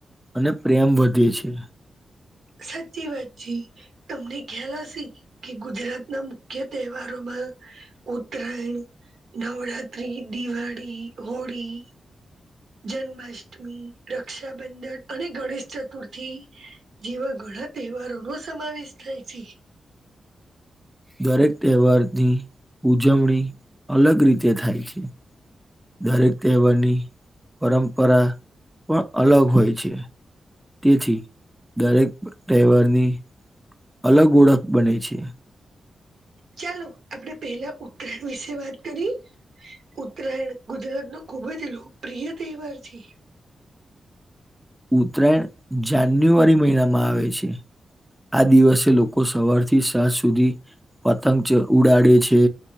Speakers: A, in the centre; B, on the right.
A: અને પ્રેમ વધે છે.
B: સાચી વાત છે. તમને ખ્યાલ હશે કે ગુજરાતના મુખ્ય તહેવારોમાં ઉત્તરાયણ, નવરાત્રી, દિવાળી, હોળી જન્માષ્ટમી, રક્ષાબંધન અને ગણેશચતુર્થી જેવા ઘણા તહેવારો નો સમાવેશ થાય છે.
A: દરેક તહેવારની ઉજવણી અલગ રીતે થાય છે. દરેક તહેવારની પરંપરા પણ અલગ હોય છે. તેથી દરેક તહેવારની અલગ ઓળખ બને છે.
B: ચાલો આપડે પેલા ઉત્તરાયણ વિશે વાત કરી? ઉત્તરાયણ ગુજરાત નો ખૂબ જ લોકપ્રિય તહેવાર છે.
A: ઉત્તરાયણ જાન્યુઆરી મહિનામાં આવે છે. આ દિવસે લોકો સવાર થી સાંજ સુધી પતંગ ચ ઉડાડે છે